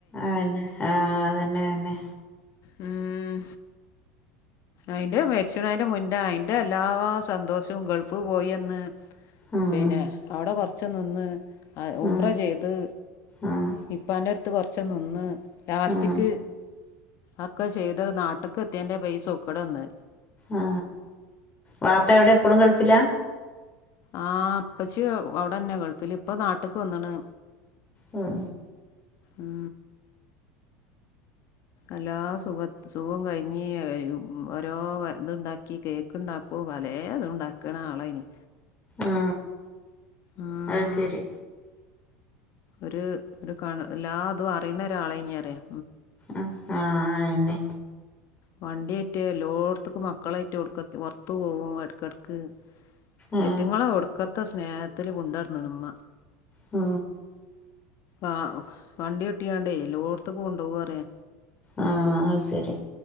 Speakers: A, on the left; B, on the left.
A: ആയന്നെ ആ തന്നെ തന്നെ.
B: ഉം അയിന്റെ മരിച്ചണേന്റെ മുന്നേ അയിന്റെല്ലാ സന്തോഷോം ഗൾഫ് പോയന്ന്
A: ഉം
B: പിന്നെ അവിടെ കൊറച്ച് നിന്ന് ആ ഉമ്റ
A: ഉം
B: ചെയ്ത്
A: ഉം
B: ഇപ്പാൻ്റടത്ത് കൊറച്ച് നിന്ന് ലാസ്റ്റ്ക്ക്
A: ഉം
B: ഒക്കെ ചെയ്ത് നാട്ട്ക്കെത്തിയ്ന്റെ ബൈ സൂക്കേടന്ന്.
A: ആ വാപ്പ എവിടെ ഇപ്പഴും ഗൾഫിലാ?
B: ആ ഉപ്പച്ചി അവിടെ തന്നെ ഗൾഫിൽ ഇപ്പ നാട്ടിക്ക് വന്നണ്.
A: ഉം
B: ഉം എല്ലാ സുഖ സുഖം കഴിഞ്ഞി ഓരോ ഇതുണ്ടാക്കി കേക്ക് ഉണ്ടാക്കും. പല അത് ഉണ്ടാക്കണ ആളാ ഇനി.
A: ആ
B: ഉം
A: അത് ശരി.
B: ഒരു ഒരു കാണ എല്ലാ അതും അറിയുന്ന ഒരാളെ ഇനി അറിയാം.
A: ആ ആ ആയന്നെ.
B: വണ്ടിയായിട്ട് എല്ലോടത്തക്കും മക്കളായിട്ട് പുറത്തു പോകും ഇടക്കിടക്ക്.
A: ഉം
B: അയിറ്റുങ്ങളെ ഒടുക്കത്തെ സ്നേഹത്തില് കൊണ്ടുവരണം നമ്മ.
A: ആ
B: ആ വണ്ടി ഒട്ടിയാണ്ടേ എല്ലോടത്തുക്കും കൊണ്ടു പോവാറിയ.
A: ആ അത് ശരി.